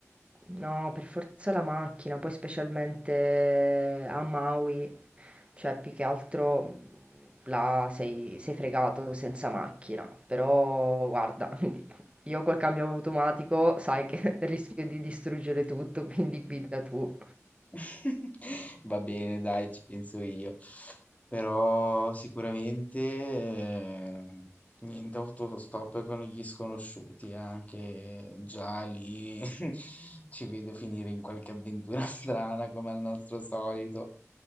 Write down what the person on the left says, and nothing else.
<laughs> Va bene, dai, ci penso io. Però sicuramente eh, niente autostop con gli sconosciuti, anche già lì <laughs> ci vedo finire in qualche avventura <laughs> strana come al nostro solito.